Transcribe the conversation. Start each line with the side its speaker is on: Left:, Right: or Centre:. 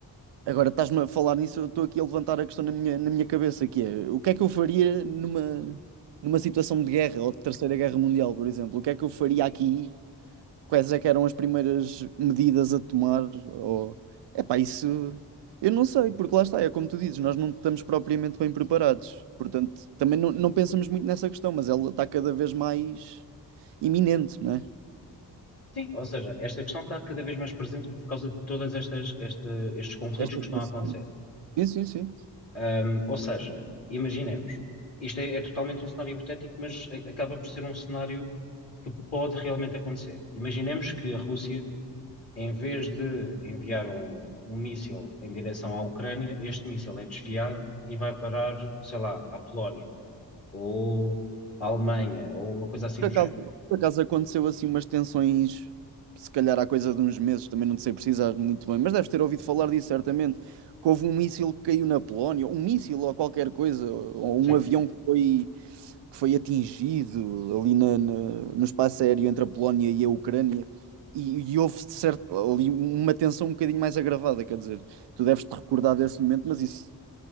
Right: Agora estás-me a falar nisso, eu estou aqui a levantar a questão na minha, na minha cabeça, que é o que é que eu faria numa, numa situação de guerra ou de Terceira Guerra Mundial, por exemplo? O que é que eu faria aqui? Quais é que eram as primeiras medidas a tomar? Ou... Epá, isso eu não sei, porque lá está, é como tu dizes, nós não estamos propriamente bem preparados. Portanto, também não, não pensamos muito nessa questão, mas ela está cada vez mais iminente, não é?
Left: Sim, ou seja, esta questão está cada vez mais presente por causa de todas estas, esta- estes conflitos
Right: Esta
Left: que
Right: situação.
Left: estão a acontecer.
Right: Sim, sim, sim.
Left: Ahm, ou seja, imaginemos, isto é, é totalmente um cenário hipotético, mas a- acaba por ser um cenário que pode realmente acontecer. Imaginemos que a Rússia, em vez de enviar um, um míssil em direção à Ucrânia, este míssil é desviado e vai parar, sei lá, à Polónia ou à Alemanha ou uma coisa assim
Right: Por
Left: do
Right: acaso,
Left: género.
Right: por acaso aconteceu assim umas tensões, se calhar há coisa de uns meses, também não te sei precisar muito bem, mas deves ter ouvido falar disso certamente, que houve um míssil que caiu na Polónia, um míssil ou qualquer coisa, ou
Left: Sim.
Right: um avião que foi, que foi atingido ali na- na- no espaço aéreo entre a Polónia e a Ucrânia, e, e houve de certo, ali uma tensão um bocadinho mais agravada, quer dizer, tu deves te recordar desse momento, mas isso